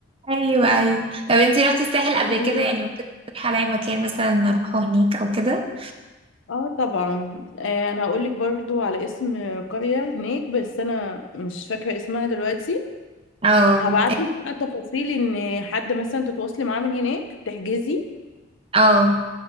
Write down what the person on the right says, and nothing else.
ايوه ايوه طب انتي رحتي الساحل قبل
كده يعني ممكن تقترحي عليا مكان مثلا نروحه هناك او كده
اه
اه